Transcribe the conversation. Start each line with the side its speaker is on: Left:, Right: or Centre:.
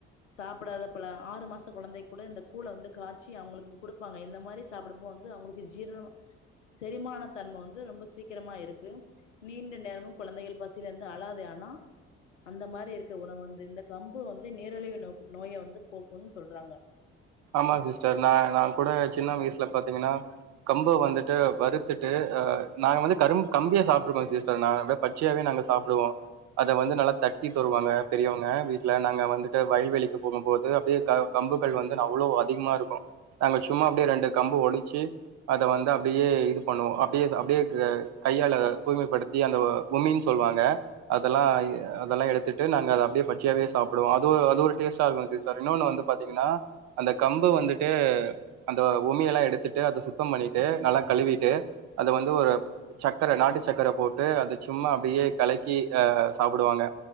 Left: சாப்பிடாதப்பலா ஆறு மாச கொழந்தைக்கு கூட இந்த கூழ வந்து காச்சி அவுங்களுக்கு குடுப்பாங்க இந்த மாரி சாப்புடப்போ வந்து அவங்களுக்கு ஜீரண செரிமானத் தன்ம வந்து ரொம்ப சீக்கிரமா இருக்கு நீண்ட நேரமு குழந்தைகள் பசியில இருந்து அழாது ஆனா அந்த மாரி இருக்க உணவு வந்து இந்த கம்பு வந்து நீரிழிவு நோ நோய வந்து போக்குன் சொல்றாங்க
Right: ஆமாங் சிஸ்டர் நா நா கூட சின்ன வயசுல பாத்திங்கனா கம்ப வந்துட்டு வறுத்துட்டு அ நாங்க வந்து கரும் கம்பயே சாப்ட்ருக்கோ சிஸ்டர் நா அத பச்சையாவே நாங்க சாப்டுவோ அத வந்து நல்லா தட்டி தருவாங்க பெரியவங்க வீட்ல நாங்க வந்துட்டு வயல்வெளிக்கு போகும் போது அப்டியே க கம்புகள் வந் து அவ்ளோ அதிகமா இருக்கு நாங்க சும்மா அப்டியே ரெண்டு கம்பு ஒடிச்சு அத வந்து அப்டியே இது பண்ணுவோ அப்டியே அப்டியே க கையால தூய்மைப்படுத்தி அந்த உமின் சொல்லுவாங்க அதெல்லா அதெல்லா எடுத்துட்டு நாங்க அத அப்டியே பச்சையாவே சாப்டுவோ அது அது ஒரு டேஸ்டா இருக்கு சிஸ்டர் இன்னொனு வந்து பாத்திங்கனா அந்த கம்பு வந்துட்டு அந்த உமியெலா எடுத்துட்டு அத சுத்தம் பண்ணிட்டு நல்லா கழுவிட்டு அத வந்து ஒரு சக்கர நாட்டு சக்கர போட்டு அத சும்மா அப்டியே கலக்கி அ சாப்புடுவாங்க